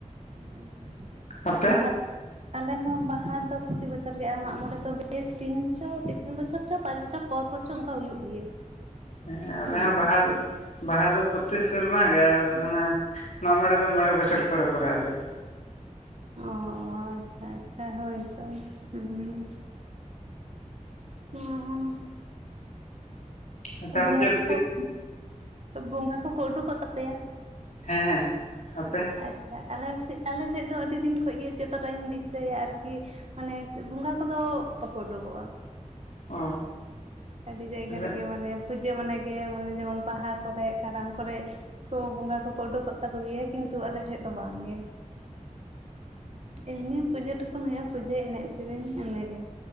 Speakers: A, on the right; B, on the left.
A: ᱩᱸ
B: ᱟᱯᱮ
A: ᱵᱟᱦᱟᱵ ᱟᱞᱮ ᱦᱚᱸ ᱵᱟᱦᱟ ᱫᱚ ᱯᱨᱚᱛᱤ ᱵᱚᱪᱷᱚᱨ ᱜᱮ ᱟᱨ ᱢᱟᱜ-ᱢᱚᱬᱮ ᱫᱚ ᱵᱮᱥ ᱛᱤᱱ ᱪᱚ, ᱛᱤᱱ ᱵᱚᱪᱷᱚᱨ ᱪᱚ, ᱯᱟᱸᱪ ᱵᱚᱪᱷᱚᱨ ᱯᱚᱨ ᱯᱚᱨ ᱪᱚ ᱚᱱᱠᱟ ᱦᱩᱭᱩᱜ ᱜᱮᱭᱟ᱾
B: ᱦᱮᱸ ᱟᱞᱮ
A: ᱦᱩᱸ
B: ᱦᱚᱸ ᱵᱟᱦᱟ ᱵᱟᱦᱟ ᱫᱚ ᱯᱨᱚᱛᱤ ᱥᱮᱨᱢᱟ ᱜᱮ, ᱟᱨ ᱱᱚᱣᱟ ᱢᱟᱜ-ᱢᱚᱬᱮ ᱫᱚ ᱢᱚᱬᱮ ᱵᱚᱪᱷᱚᱨ ᱯᱚᱨᱮ ᱯᱚᱨᱮ ᱟᱞᱮ ᱫᱚ᱾
A: ᱚᱻ ᱟᱪᱪᱷᱟ ᱟᱪᱪᱷᱟ ᱦᱳᱭ ᱛᱚ ᱩᱸ᱾ <unintelligible>
B: ᱫᱚ᱾ ᱛᱟᱦᱚᱞᱮ
A: ᱵᱚᱸᱜᱟ
B: ᱪᱮᱫ
A: ᱠᱚᱠᱚ, ᱵᱚᱸᱜᱟ ᱠᱚᱠᱚ ᱳᱰᱳᱠᱚᱜ ᱛᱟᱯᱮᱭᱟ?
B: ᱦᱮᱸ ᱦᱮᱸ ᱟᱯᱮ?
A: ᱟᱪᱪᱷᱟ ᱟᱞᱮᱥᱮᱫ ᱟᱞᱮᱥᱮᱫ ᱫᱚ ᱟᱹᱰᱤ ᱫᱤᱱ ᱠᱷᱚᱡ ᱜᱮ ᱡᱚᱛᱚᱴᱟᱜ ᱤᱧ ᱫᱤᱥᱟᱹᱭᱟ ᱟᱨᱠᱤ, ᱢᱟᱱᱮ ᱵᱚᱸᱜᱟ ᱠᱚᱫᱚ ᱵᱟᱠᱚ ᱳᱰᱳᱠᱚᱜᱼᱟ᱾
B: ᱚ
A: ᱟᱹᱰᱤ ᱡᱟᱭᱜᱟ
B: ᱟᱞᱮ
A: ᱨᱮᱜᱮ ᱢᱟᱱᱮ ᱯᱩᱡᱟᱹ ᱢᱟᱱᱮ ᱜᱮ ᱢᱟᱱᱮ ᱡᱮᱢᱚᱱ ᱵᱟᱦᱟ ᱠᱚᱨᱮ, ᱠᱟᱨᱟᱢ ᱠᱚᱨᱮ, ᱠᱚ ᱵᱚᱸᱜᱟ ᱠᱚᱠᱚ ᱳᱰᱳᱠᱚᱜ ᱛᱟᱠᱚ ᱜᱮᱭᱟ ᱠᱤᱱ ᱛᱩ ᱟᱞᱮ ᱴᱷᱮᱡ ᱫᱚ ᱵᱟᱝ ᱜᱮ᱾ ᱮᱢᱱᱤ ᱯᱩᱡᱟᱹ ᱴᱩᱠᱩᱱ ᱦᱳᱭᱳᱜᱼᱟ ᱯᱩᱡᱟᱹ ᱮᱱᱮᱡ ᱥᱮᱨᱮᱧ ᱤᱱᱟᱹ ᱜᱮ᱾